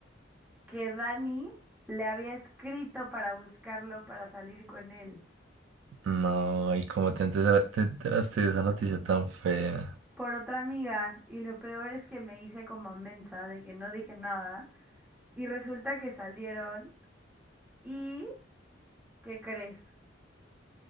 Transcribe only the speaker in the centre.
que Dani le había escrito para buscarlo para salir con él
por otra amiga. Y lo peor es que me hice como mensa de que no dije nada. Y resulta que salieron. ¿Y qué crees?